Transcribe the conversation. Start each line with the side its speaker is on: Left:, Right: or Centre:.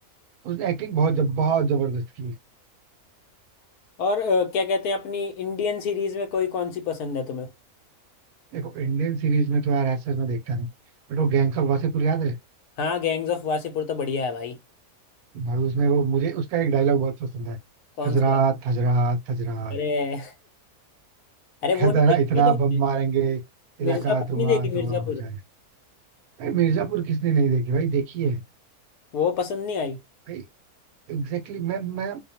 Right: उसने एक्टिंग बहुत जब बहुत जबरदस्त की है
Left: और अ, क्या कहते हैं अपनी इंडियन सीरीज में कोई कौन सी पसंद है तुम्हें
Right: देखो इंडियन सीरीज में तो यार ऐसा मैं देखता नहीं बट वो गैंग्स ऑफ वासेपुर याद है
Left: हाँ गैंग्स ऑफ वासेपुर तो बढ़िया है भाई
Right: भाई उसमें वो मुझे उसका एक डायलॉग बहुत पसंद है
Left: कौन
Right: हजरात
Left: सी वाली?
Right: हजरात हजरात
Left: अरे अरे
Right: कहता
Left: वो नहीं
Right: है ना
Left: देखी
Right: इतना
Left: है तुमने
Right: बम मारेंगे इलाका
Left: मिर्जापुर
Right: धुआं
Left: नहीं देखी
Right: धुआं
Left: मिर्जापुर
Right: हो जाए भाई मिर्जापुर किसने नहीं देखी भाई देखी है
Left: वो पसंद नहीं आई
Right: भाई एग्जैक्टली exactly, मैं मैं